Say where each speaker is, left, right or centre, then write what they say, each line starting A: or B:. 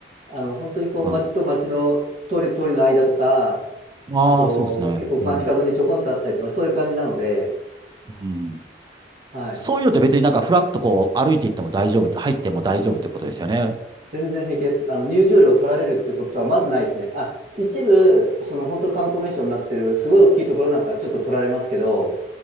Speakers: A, on the right (about 45°); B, on the right (about 25°).
A: あの、本当にこう、
B: うん、
A: 町と町の通り、通りの間とか、
B: ああ、
A: あと、
B: そうですね。
A: 結構街角にちょこんとあったりとか、
B: うん。
A: そういう感じなので、
B: うん
A: はい。
B: そういうのって別になんかフラッとこう歩いていっても大丈夫って、入っても大丈夫ってことですよね。
A: 全然平気です。あの、入場料取られるってことはまずないですね。あ、一部、その本当観光名所になってる、すごい大きいところなんかはちょっと取られますけど、